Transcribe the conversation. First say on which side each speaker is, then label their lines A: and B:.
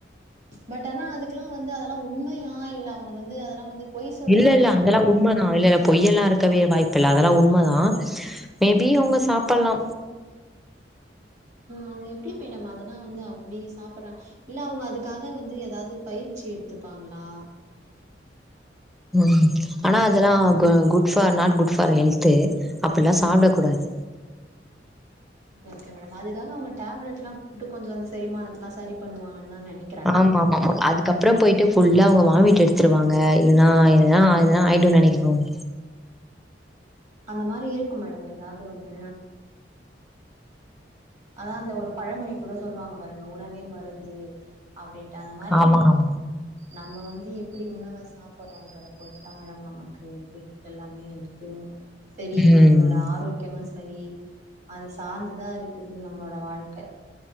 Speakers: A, on the right; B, in the centre.
A: பட் ஆனா அதுக்லா வந்து அதெல்லா உண்மையா இல்ல அவுங்க வந்து அதெல்லா வந்து பொய் சொல்றாங்களா
B: இல்லல்ல அதெல்லா உண்ம தா இல்ல பொய்யெல்லா இருக்கவே வாய்ப்பு இல்ல அதெல்லா உண்மதா மேபி அவுங்க சாப்பல்லா
A: அவூங்க எப்டி மேடம் அதெல்லா வந்து அப்டி சாப்பர்ற இல்ல அவுங்க அதுக்காக வந்து ஏதாவது பயிற்சி எடுத்துப்பாங்ளா
B: ம் ஆனா அதெல்லா அ good for not good for health அப்பல்லா சாப்ட கூடாது
A: ஓகே ஓகே மேடம் அதுக்காக அவுங்க டேப்லெட்லா போட்டு கொஞ்ச அந்த செரிமானத்துலா செரி பண்ணுவாங்கன் தா நெனைக்
B: ஆமாமாமா அதுக்கப்றோம் போயிட்டு ஃபுல்லா அவுங்க வாமிட் எடுத்துருவாங்க இல்ன்னா இதுனா
A: ம்
B: எதுனா ஆயிடுன் நெனைக்கிறங்க
A: அந்த மாரி இருக்கு மேடம் ஏதாவது ஒண்ணு அதா அந்த ஒரு பழமொழி கூட சொல்லுவாங்க பாருங்க உணவே மருந்து அப்டின்ட்டு அந்த மாரி
B: ஆமா, ஆமா.
A: நம்ம வந்து எப்டி உணவ சாப்பர்றோன்றத பொறுத்துதா மேடம் நமக்கு இது எல்லாமே ஹெல்து செரி
B: ம்.
A: நம்மளோட ஆரோக்கியமு செரி அத சார்ந்துதா இருக்குது நம்ளோட வாழ்க்க